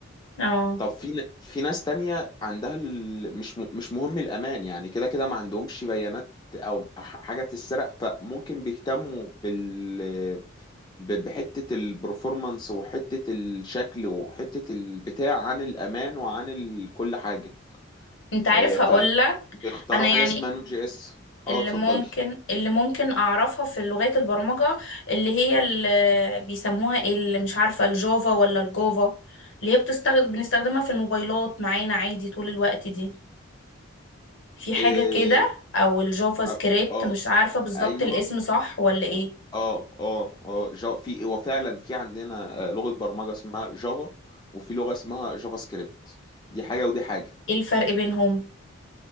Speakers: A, on the left (about 60°); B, on the left (about 20°).
A: اه
B: طب في ن- في ناس تانية عندها ال- مش م- مش مهم الأمان يعني كده كده ما عندهمش بيانات أو ح- حاجة تتسرق فممكن بيهتموا بال ب- بحتة البرفورمانس وحتة الشكل وحتة البتاع عن الأمان وعن ال- كل حاجة
A: انت عارف
B: آه، فبيختاروا
A: هقولك انا
B: حاجة
A: يعني
B: اسمها نوت جي اس
A: اللي
B: اه اتفضلي
A: ممكن اللي ممكن اعرفها في لغات البرمجة اللي هي اللي بيسموها إيه اللي مش عارفة الجافا ولا الجافا اللي هي بتستخدم بنستخدمها في الموبايلات معانا عادي طول الوقت دي في حاجة
B: آه،
A: كده او الجافا
B: ما-
A: سكريبت
B: اه
A: مش عارفة بالظبط
B: ايوه
A: الاسم صح ولا ايه
B: اه اه اه جا- في وفعلا في عندنا آه، لغة برمجة اسمها جافا وفي لغة اسمها جافا سكريبت دي حاجة ودي حاجة
A: ايه الفرق بينهم